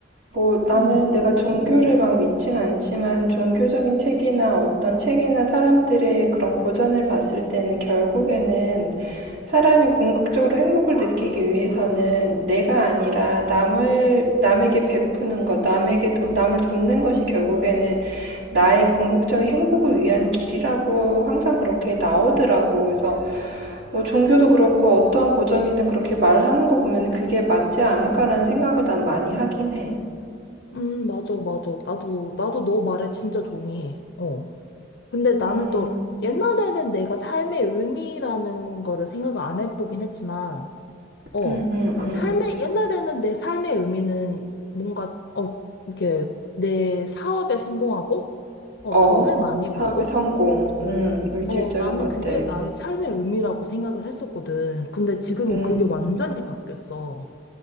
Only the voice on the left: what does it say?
음,
음, 맞아, 맞아. 나도 나도 너 말에 진짜 동의해. 어. 근데 나는
또 옛날에는 내가 삶의 의미라는 거를 생각을 안 해보긴 했지만, 어,
삶의, 옛날에는 내 삶의 의미는 뭔가, 어, 이렇게 내 사업에 성공하고, 어,
돈을 많이
벌고,
어, 나는
그게 나의 삶의 의미라고 생각을 했었거든. 근데 지금은
그게 완전히 바뀌었어.